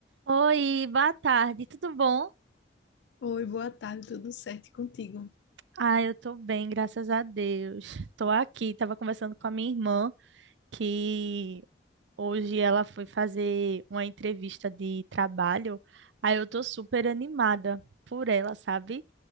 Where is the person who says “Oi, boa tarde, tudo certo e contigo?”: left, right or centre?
Left